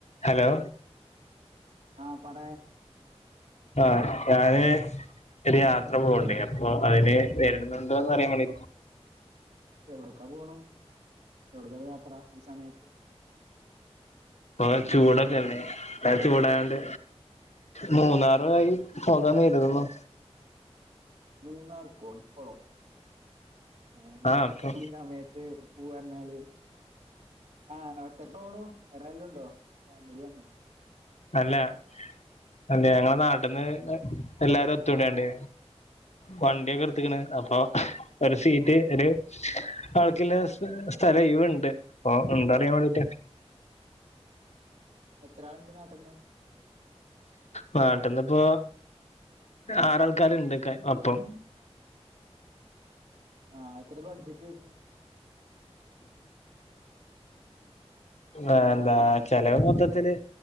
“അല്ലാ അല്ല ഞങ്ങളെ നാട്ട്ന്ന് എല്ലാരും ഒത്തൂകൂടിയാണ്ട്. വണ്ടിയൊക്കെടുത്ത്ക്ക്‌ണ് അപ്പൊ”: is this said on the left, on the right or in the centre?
Left